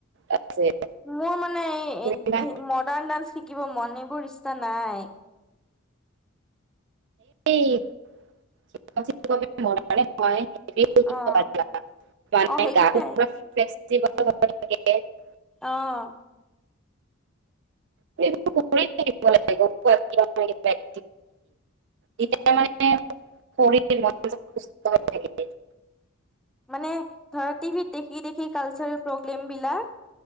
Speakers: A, on the right; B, in the centre.
A: আছে
B: মোৰ মানে এই,
A: তুমি বা
B: এই মডাৰ্ণ ডান্স শিকিব মন এইবোৰ ইচ্ছা নাই।
A: এই <unintelligible>
B: অ', অ', সেইকেইটাই
A: ফেষ্টিভ হ'ব লাগে <unintelligible>
B: অ',
A: ল <unintelligible> এতি মানে শৰি সুস্থ হৈ থাকে। <unintelligible>
B: মানে ধৰা টভিত দেখি, দেখি কালছাৰেল প্ৰগ্ৰোম বিলাক।